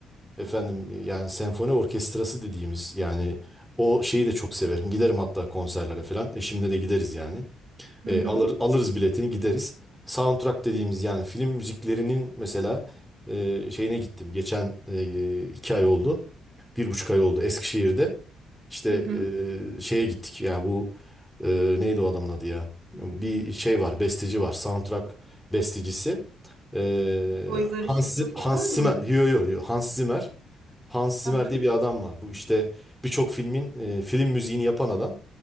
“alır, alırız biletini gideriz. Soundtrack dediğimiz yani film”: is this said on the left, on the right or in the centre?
Centre